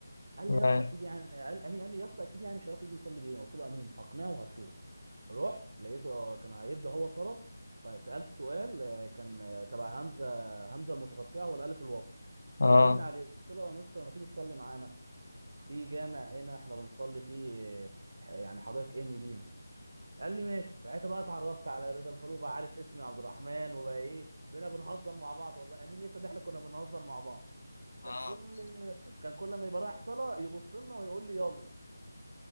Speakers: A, on the right (about 60°); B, on the left (about 65°).
A: قال
B: اه
A: لي يا اسطى اكيد يعني قال امين قال لي يا اسطى اكيد يعني مش هيعرف يجي يصلي بينا قلت له امين هقنعه وهتشوف رحت لقيته آه، كان هيبدا هو صلاه آه، سالته سؤال آه، كان آه، تبع همزه همزه المتقطعه والالف الوصل
B: آه.
A: فجاوبني عليه قلت له يا مستر ما تيجي تصلي معانا في جامع هنا احنا بنصلي فيه آه، ح- يعني حضرتك امي بينا قال لي ماشي ساعتها بقى اتعرفت على رضا الفاروق بقى عارف اسمي عبد الرحمن وبقى ايه بقينا بنهزر مع بعض والله امين يشهد احنا كنا بنهزر مع بعض كان
B: اه
A: كل كان كل ما يبقى رايح صلاه يبص لنا ويقول لي يلا